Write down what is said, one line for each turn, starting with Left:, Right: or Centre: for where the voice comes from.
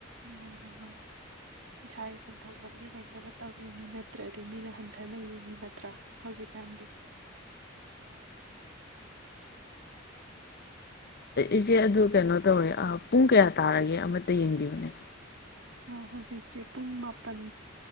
Right: ꯎ ꯃꯥꯅꯦ ꯃꯥꯅꯤ ꯏꯁꯥꯒꯤ ꯁꯦꯟꯊꯣꯛ ꯂꯝꯕꯤ ꯂꯩꯅꯕ ꯇꯧꯔꯤꯕꯅꯤ ꯅꯠꯇ꯭ꯔꯗꯤ ꯃꯤꯅ ꯍꯟꯊꯅ ꯌꯦꯡꯉꯤ ꯅꯠꯇ꯭ꯔꯥ ꯍꯧꯖꯤꯛꯀꯥꯟꯗꯤ
Left: ꯏꯆꯦ ꯑꯗꯨ ꯀꯩꯅꯣ ꯇꯧꯋꯦ ꯄꯨꯡ ꯀꯌꯥ ꯇꯥꯔꯒꯦ ꯑꯃꯠꯇ ꯌꯦꯡꯕꯤꯕꯅꯦ
Right: ꯑꯣ ꯍꯧꯖꯤꯛꯁꯦ ꯄꯨꯡ ꯃꯥꯄꯜ